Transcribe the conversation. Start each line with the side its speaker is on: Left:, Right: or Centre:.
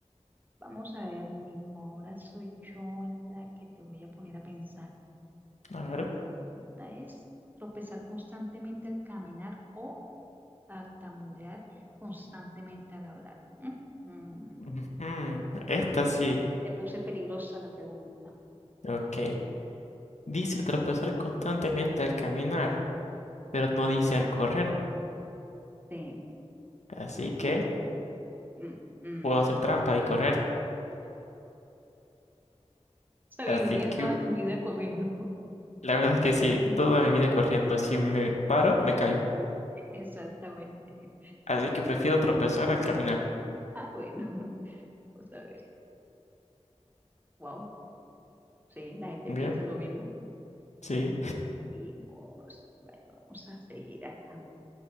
Right: Vamos a ver, Nico, ahora soy yo la que te voy a poner a pensar.
Left: A
Right: La
Left: ver.
Right: pregunta es, ¿tropezar constantemente al caminar o tartamudear constantemente al hablar? Mm, mm,
Left: ujú, Esta
Right: te, pu-
Left: sí.
Right: te puse peligrosa la pregunta.
Left: Ok. Dice tropezar constantemente al caminar, pero no dice al correr.
Right: Sí.
Left: Así que
Right: mm, mm.
Left: puedo hacer
Right: O
Left: trampa y correr.
Right: sea,
Left: Así
Right: vivirías
Left: que
Right: toda
Left: u-
Right: tu vida corriendo.
Left: la verdad es que sí,
Right: <laughs>
Left: toda mi vida corriendo, si me paro, me caigo.
Right: Exactamente.
Left: Así que prefiero tropezar al caminar.
Right: Ah, bueno, <laughs> vamos a ver. Wow. Sí, la gente
Left: Bien,
Right: piensa lo mismo.
Left: sí.
Right: Seguimos. Bueno, vamos a seguir acá.